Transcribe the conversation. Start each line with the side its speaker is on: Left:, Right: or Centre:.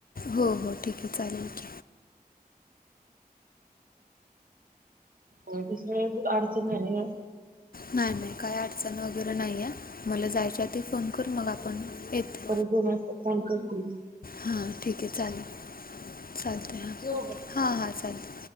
Left: हो हो ठीके. चालेल की.
Right: होय. दुसरी कुठली अडचण नाहीये.
Left: नाही नाही काही अडचण वगैरे नाहीये. मला जायच्या आधी फोन कर. मग आपण येते.
Right: परत दोन वाजता फोन कर तील.
Left: हां ठीके चालेल. चालतय.
Right: ठेवू का?
Left: हां हां चालेल.